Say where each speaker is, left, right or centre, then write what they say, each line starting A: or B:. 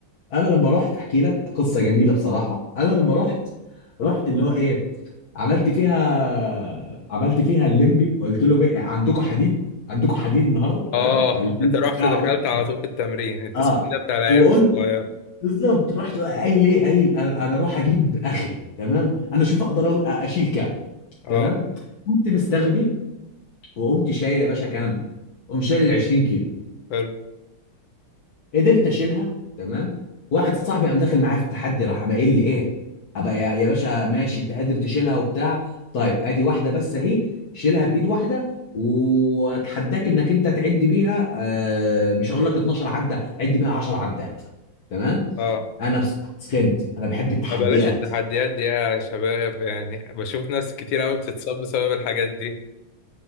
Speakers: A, on the left; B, on the left.
A: انا لما رحت احكي لك قصه جميله بصراحه انا لما رحت رحت اللي هو ايه عملت فيها عملت فيها الليمبي وقلت لهم ايه عندكم حديد عندكم حديد النهارده
B: اه
A: فاهم الفيلم
B: <laughs> انت رحت
A: بتاعه
B: دخلت
A: ده
B: على طول في التمرين التسخين
A: اه
B: ده بتاع العيال
A: وقلت
B: الصغير
A: بالظبط رحت قايل ايه قايل انا أنا اروح اجيب اخري تمام انا اشوف اقدر أو- اشيل كام
B: اه
A: تمام قمت مستغبي وقمت شايل يا باشا كام قمت شايل ال 20 كيلو
B: حلو
A: قدرت اشيلها تمام واحد صاحبي قام داخل معايا في التحدي راح قام قايل لي ايه ابقى يا يا باشا ماشي انت قادر تشيلها وبتاع طيب ادي واحده بس اهي شيلها بايد واحده واتحداك انك انت تعد بيها آه مش هقول لك 12 عده عد بيها 10 عدات تمام
B: اه
A: انا بص- سخنت انا بحب التحديات
B: ما بلاش التحديات دي يا شباب يعني بشوف ناس كتير قوي بتتصاب بسبب الحاجات دي